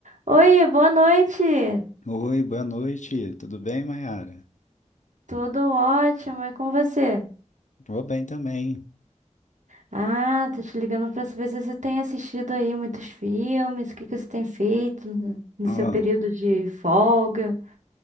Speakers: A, on the right; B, on the left.
A: Oi, boa noite.
B: Oi, boa noite. Tudo bem, Mayara?
A: Tudo ótimo, e com você?
B: Tô bem também.
A: Ah, tô te ligando pra saber se você tem assistido aí muitos filmes, o que que você tem feito no no
B: Ó,
A: seu período de folga.